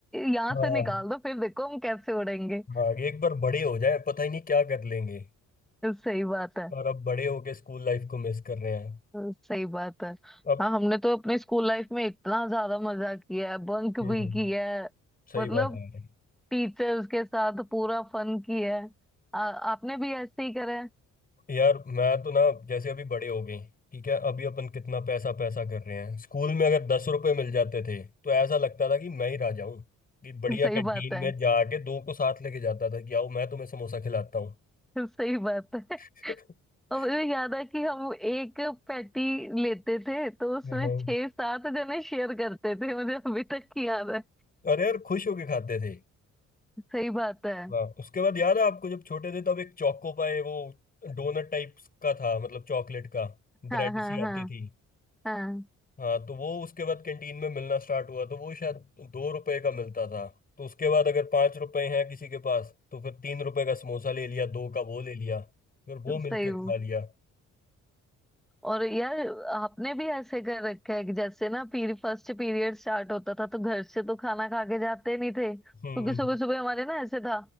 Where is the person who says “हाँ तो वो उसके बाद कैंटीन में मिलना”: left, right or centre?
Left